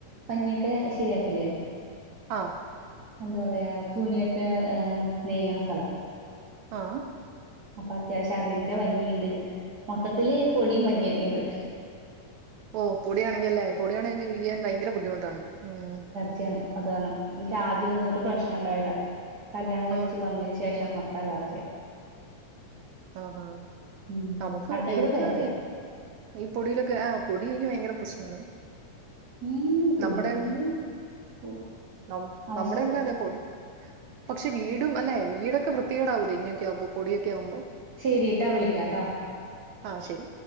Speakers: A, on the right (about 45°); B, on the right (about 75°).
A: പഞ്ഞിയൊക്കെ ശെര്യാക്ക്ലേ
B: ആഹ്
A: എന്താ പറയാ തുണ്യൊക്കെ ഏഹ് നെയ്യണ സ്ഥലം
B: ആഹ്
A: അപ്പ അത്യാവ്ശ്യം അതിന്റെ പഞ്ഞിയ്ണ്ട് മൊത്തത്തില് പൊടിം പഞ്ഞിയെന്നേണ്
B: ഓഹ് പൊടിയാണെങ്കി അല്ലേ പൊടിയാണെ ജീവിക്കാൻ ഭയെങ്കെര ബുദ്ധിമുട്ടാണ് ഉം
A: ജ്യാണ് അത് കാരണം ഇൻക്ക് ആദ്യാെന്നും ഒര് പ്രശ്നണണ്ടായ്ല്ല കല്ല്യാണം കഴിച്ച്
B: ആഹ്
A: വന്നേന് ശേഷം മൊ അലർജ്യാ
B: ആഹ് ഹാ
A: ഉം
B: നമുക്ക്
A: അടുത്തേക്കൂടെ
B: എനിക്കും
A: പോയാ
B: അതെ
A: മതി
B: ഈ പൊടിയിലൊക്കെ ആഹ് പൊടി എനിക്ക് ഭയങ്കര പ്രശ്നമാണ്
A: ഉം തുമ്മി
B: നമ്മ്ടെ
A: തുമ്മി ഓ
B: നം
A: അവശതയാവും
B: നമ്മ്ടെ ഇവിടെ അതെ പാെടി പക്ഷെ വീടും അല്ലെ വീടൊക്കെ വൃത്തികേടാവൂലെ ഇങ്ങനെയൊക്കൊവുമ്പോ പൊടിയൊക്കെയാവുമ്പോ
A: ശെരീട്ടാ വിളിക്കാട്ടോ
B: ആഹ് ശെരി